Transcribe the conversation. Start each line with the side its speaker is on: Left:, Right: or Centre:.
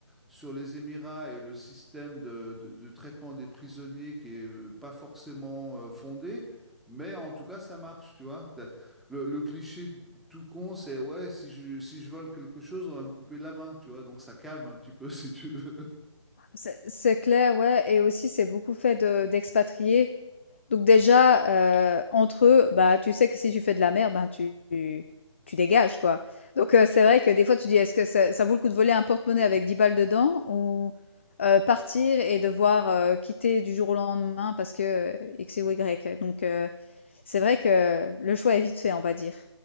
Centre: sur les Émirats et le système de, de- de traitement des prisonniers qui est euh, pas forcément euh, fondé. Mais en tout cas, ça marche, tu vois. T'as- Le, le cliché tout con, c'est ouais, si je, si je vole quelque chose, on va me couper la main, tu vois. Donc ça calme un petit peu, <laughs> si tu veux.
Left: c'est c'est clair, ouais et aussi c'est beaucoup fait de d'expatriés. Donc déjà, heu, entre eux, bah, tu sais que si tu fais de la merde, ben, tu tu dégages quoi. Donc heu, c'est vrai que des fois tu dis: «Est-ce que ça ça vaut le coup de voler un porte-monnaie avec 10 balles dedans ou, heu, partir et devoir, heu, quitter du jour au lendemain parce que, heu, X ou Y?» donc heu C'est vrai que le choix est vite fait, on va dire.